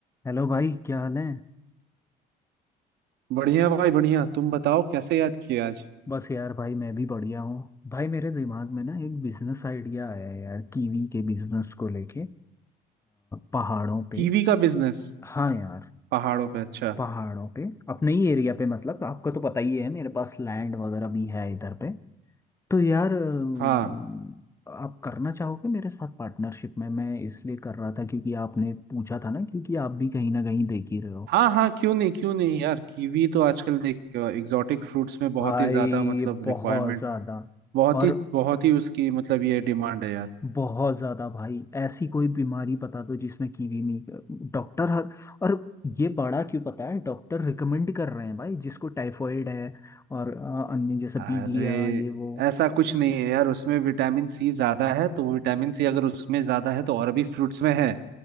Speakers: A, on the left; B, on the right.
A: Hello भाई क्या हाल है
B: बढ़िया भाई बढ़िया तुम बताओ कैसे याद किया आज
A: बस यार भाई मैं भी बढ़िया हूँ भाई मेरे दिमाग में ना एक बिजनेस आइडिया आया है यार कीवी के बिजनेस को लेके अ, पहाड़ों पे
B: कीवी का बिजनेस
A: हाँ यार
B: पहाड़ों पे अच्छा
A: पहाड़ों पे अपने ही एरिया पे मतलब आपको तो पता ही है मेरे पास लैंड वगैरह भी है इधर पे तो यार अ,
B: हाँ
A: आप करना चाहोगे मेरे साथ पार्टनरशिप में मैं इसलिए कर रहा था क्योंकि आपने पूछा था ना क्योंकि आप भी कहीं ना कहीं देख ही रहे हो
B: हाँ हाँ क्यों नहीं क्यों नहीं यार कीवी तो आजकल देख एग्जॉटिक फ्रूट्स में बहुत
A: भाई
B: ही ज्यादा मतलब
A: बहुत
B: रिक्वायरमेंट
A: ज्यादा
B: बहुत
A: और
B: ही बहुत ही उसकी मतलब ये डिमांड है यार
A: बहुत ज्यादा भाई ऐसी कोई बीमारी बता दो जिसमें कीवी नहीं डॉक्टर हर और ये बड़ा क्यों पता है डॉक्टर रिकमेंड कर रहे हैं भाई जिसको टाइफॉइड है और अ, अन्य जैसे
B: अरे
A: पीलिया ये वो
B: ऐसा कुछ नहीं है यार उसमें विटामिन सी ज्यादा है तो वो विटामिन सी अगर उसमें ज्यादा है तो और भी फ्रूट्स में है